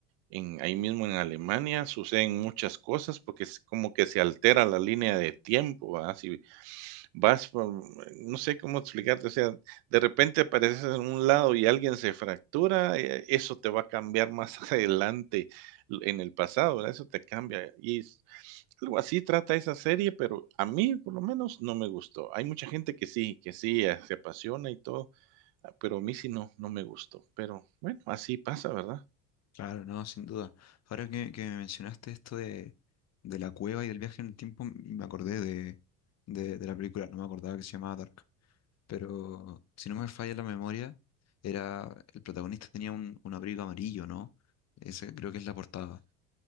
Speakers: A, on the right; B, on the left.
A: en ahí mismo en Alemania suceden muchas cosas porque es como que se altera la línea de tiempo, ¿verdad? Si vas, por no sé cómo explicarte, o sea, de repente apareces en un lado y alguien se fractura, eh, eso te va a cambiar más <laughs> adelante l en el pasado, ¿verdad? Eso te cambia y algo así trata esa serie, pero a mí, por lo menos, no me gustó. Hay mucha gente que sí, que sí, eh, se apasiona y todo, ah, pero a mí sí no, no me gustó. Pero bueno, así pasa, ¿verdad?
B: Claro, no, sin duda. Ahora que, que me mencionaste esto de, de la cueva y del viaje en el tiempo, me acordé de, de, de la película, no me acordaba que se llamaba Dark. pero si no me falla la memoria, era el protagonista tenía un, un abrigo amarillo, ¿no? Ese creo que es la portada.